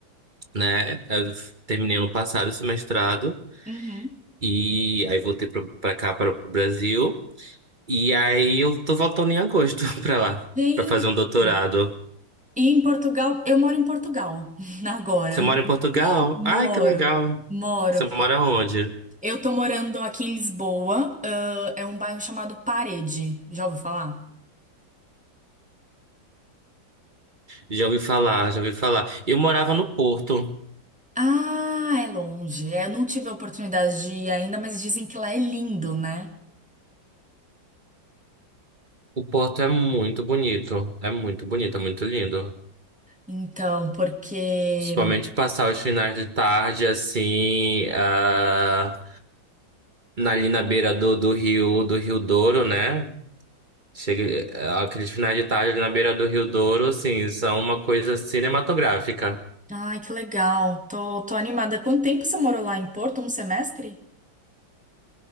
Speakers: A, on the right; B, in the centre.
A: né? Eu f- terminei ano passado esse mestrado
B: Uhum.
A: e aí voltei para cá para o Brasil e aí eu tô voltando em agosto <laughs> para lá
B: Gente.
A: para fazer um doutorado.
B: E em Portugal, eu moro em Portugal <laughs> agora.
A: Você mora em Portugal?
B: Moro,
A: Ai, que legal.
B: moro.
A: Você mora onde?
B: Eu tô morando aqui em Lisboa, ah, é um bairro chamado Parede. Já ouviu falar?
A: Já ouvi falar, já ouvi falar. Eu morava no Porto.
B: Ah, é longe. É, Eu não tive a oportunidade de ir ainda, mas dizem que lá é lindo, né?
A: O Porto é muito bonito, é muito bonito, é muito lindo.
B: Então, porque.
A: Principalmente passar os finais de tarde, assim, ah, na, ali na beira do, do rio, do Rio Douro, né? Chega, ah, aqueles finais de tarde ali na beira do Rio Douro, assim, são uma coisa cinematográfica.
B: Ai, que legal. Tô, tô animada. Quanto tempo você morou lá em Porto? Um semestre?